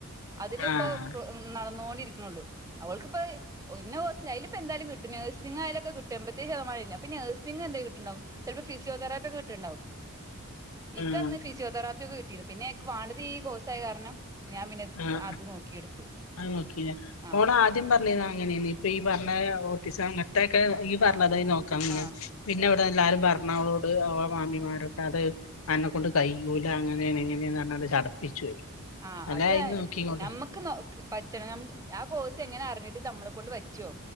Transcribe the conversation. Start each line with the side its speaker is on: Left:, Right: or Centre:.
Left: ആഹ്
Right: അതിന്റെ ഇപ്പ പ്രൊ ഉം - നടന്നോണ്ടിരിക്കണള്ളൂ അവൾക്ക്പ്പോ <unintelligible> സ് അയിലിപ്പോ എന്തായാലും കിട്ടും നഴ്സിംഗ് ആയാലക്കെ കിട്ടും എമ്പത്തേഴ് ശതമാനം ഇല്ലേ അപ്പൊ ഇനി നേഴ്സ്- സിംഗ് എന്തേ കിട്ടുണ്ടാവും ചിലപ്പോ ഫിസിയോതെറാപ്പിയൊക്കെ കിട്ടുണ്ടാവും ഇക്കന്ന്
Left: ആഹ്
Right: ഫിസിയോതെറാ- പ്പിക്ക് കിട്ടീന്ന് പിന്നെ എക്ക് വാണ്ടത് ഈ കോഴസായ കാരണം ഞാൻ പിന്നെ
Left: ആഹ്
Right: അ അത് നോക്കിയെടുത്ത്
Left: അത് നോക്കില്ലേ
Right: ആഹ്
Left: ഓൾ ആദ്യം പറഞ്ഞിരുന്ന അങ്ങനെയന്ന് ഇപ്പൊ ഈ പറഞ്ഞ ഓഫീസ്അ- ത്തക്കെ ഈ പറഞ്ഞതായി
Right: ആഹ്
Left: നോക്കാന്ന്
Right: ആഹ്
Left: പിന്നെ ഇവിടെ എല്ലാരും പറഞ്ഞവളോട് ഓളെ മാമി മാരൊക്കെ അത് എ- അന്നെ കൊണ്ട് കയ്യൂല അങ്ങനെയാണ് ഇങ്ങനെയന്ന് പറഞ്ഞാണ്ട് ചടപ്പിച്ചു പോയി
Right: ആഹ്
Left: അല്ല
Right: അതാല്ലേ
Left: അയിന് നോക്കിങ്ങോണ്ട്
Right: ഞമ്മക്- ക്ക് നോ ക് പറ്റണെ മ <unintelligible> ആ കോഴ്സ് എങ്ങനെ അറിഞ്ഞിട്ട് തമ്മളെ കൊണ്ട് വച്ചുവോ